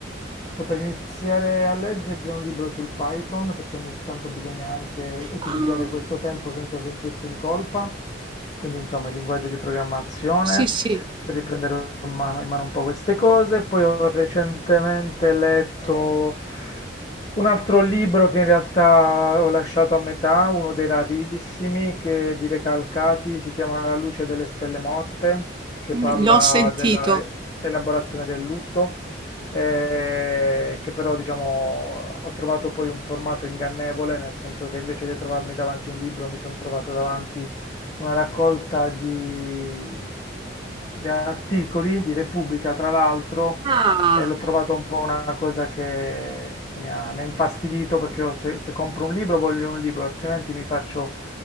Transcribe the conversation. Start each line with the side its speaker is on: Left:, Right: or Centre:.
Left: sto per iniziare a leggere un libro sul Python perché ogni tanto bisogna anche utilizzare
Right: Ah,
Left: questo tempo senza sentirsi in colpa, quindi insomma il linguaggio di programmazione.
Right: sì, sì,
Left: poi riprendere in mano, in mano un po' queste cose. Poi ho recentemente letto un altro libro che in realtà ho lasciato a metà, uno dei rarissimi, che di Recalcati, si chiama La luce delle stelle morte, che parla
Right: mm, l'ho sentito.
Left: della elaborazione del lutto, eh, che però diciamo ho trovato poi un formato ingannevole, nel senso che invece che trovarmi davanti un libro mi sono trovato davanti una raccolta di, di articoli di Repubblica, tra l'altro,
Right: Ah,
Left: e l'ho trovato un po' una cosa che, che mi ha, mi ha infastidito perché io se, se compro un libro voglio un libro, altrimenti mi faccio,